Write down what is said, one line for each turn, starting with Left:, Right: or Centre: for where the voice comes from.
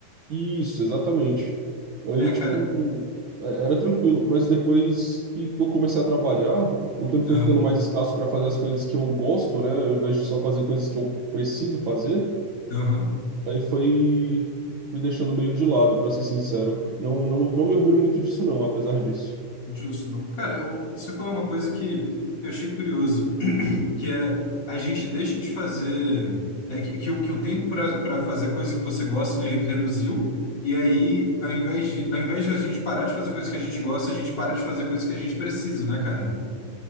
Right: Isso, exatamente. Aí,
Left: É,
Right: tipo,
Left: cara.
Right: é- era tranquilo. Mas depois que, que eu comecei a trabalhar, o tempo
Left: Aham,
Right: foi ficando mais escasso para fazer as coisas que eu gosto, né? Ao invés de só fazer coisas que eu preciso fazer.
Left: aham.
Right: Aí foi, fui deixando meio de lado, para ser sincero. Não, não, não me orgulho muito disso, não, apesar disso.
Left: Justo, não. Cara, eu, você falou uma coisa que eu achei curioso. que é a gente deixa de fazer é que, que, o que o tempo para para fazer coisa que você gosta ele reduziu e aí ao invés de ao invés de a gente parar de fazer coisas que a gente gosta a gente para de fazer coisas que a gente precisa né cara